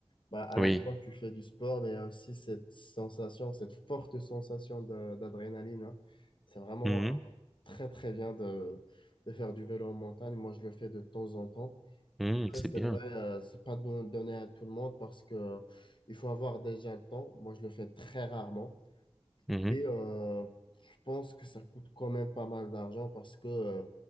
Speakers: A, on the left (about 55°); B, in the centre.
A: Bah, à
B: Oui.
A: la fois, tu fais du sport, mais il y a aussi cette sensation, cette forte sensation de- d'adrénaline. hein. C'est vraiment
B: Mhm.
A: euh, très, très bien de, de faire du vélo en montagne. Moi, je le fais de temps en temps.
B: Mhm,
A: Après,
B: c'est
A: c'est
B: bien.
A: vrai, euh, c'est pas don- donné à tout le monde parce que euh, il faut avoir déjà le temps. Moi, je le fais très rarement.
B: Mhm.
A: Et euh, je pense que ça coûte quand même pas mal d'argent parce que euh,